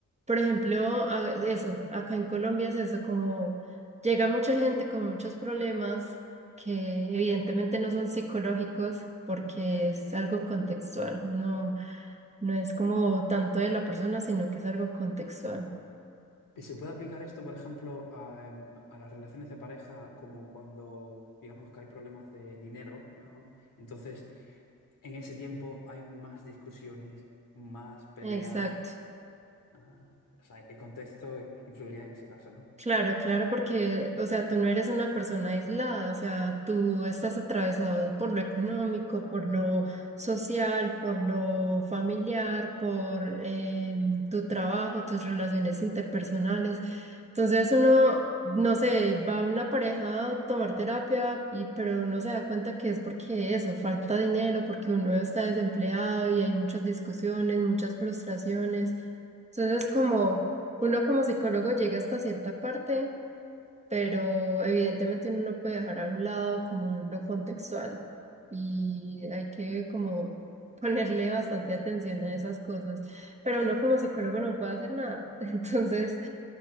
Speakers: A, on the right; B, on the left.
A: por ejemplo, a- eso, acá en Colombia es eso, como llega mucha gente con muchos problemas que evidentemente no son psicológicos porque es algo contextual, no. No es como tanto de la persona, sino que es algo contextual.
B: ¿Y se puede aplicar esto, por ejemplo, a, em, a las relaciones de pareja, como cuando digamos que hay problemas de dinero, ¿no? Entonces, en ese tiempo hay más discusiones, más peleas.
A: Exacto.
B: ah, o sea, el contexto influiría en ese caso, ¿no?
A: Claro, claro, porque, o sea, tú no eres una persona aislada, o sea, tú estás atravesado por lo económico, por lo social, por lo familiar, por em, tu trabajo, tus relaciones interpersonales. Entonces uno, no sé, va a una pareja a tomar terapia, y, pero uno se da cuenta que es porque eso, falta dinero, porque uno está desempleado y hay muchas discusiones, muchas frustraciones. Entonces como uno como psicólogo llega hasta cierta parte pero evidentemente uno no puede dejar a un lado como lo contextual y hay que como <laughs> ponerle bastante atención a esas cosas, pero uno como psicólogo no puede hacer nada, <laughs> entonces